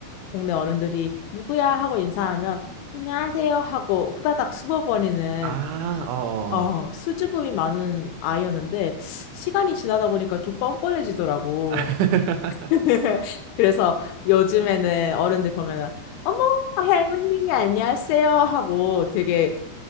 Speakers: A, on the left; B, on the right.
A: 동네 어른들이 누구야? 하고 인사하면, 안녕하세요? 하고 후다닥 숨어버리는,
B: 아,
A: 수,
B: 어, 어.
A: 어,
B: 어.
A: 수줍음이 많은 아이였는데, 시간이 지나다 보니까 좀 뻔뻔해지더라고.
B: <laughs>
A: <laughs> 그래서 요즘에는 어른들 보면은 어머 할머니 안녕하세요 하고 되게